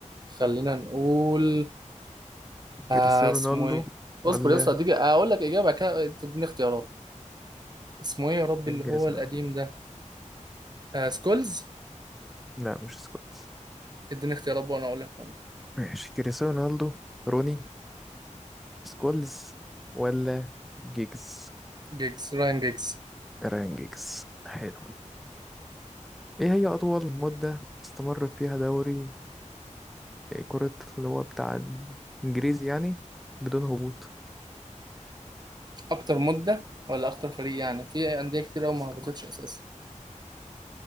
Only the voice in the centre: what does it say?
كريستيانو
رونالدو
ولا
انجازنا
لا مش سكولز
ماشي كريستيانو رونالدو روني سكولز ولا جيجز
ران جيجز حلو ايه هي اطول مدة استمر فيها دوري كرة اللي هو بتاع انجليزي يعني بدون هبوط
استمر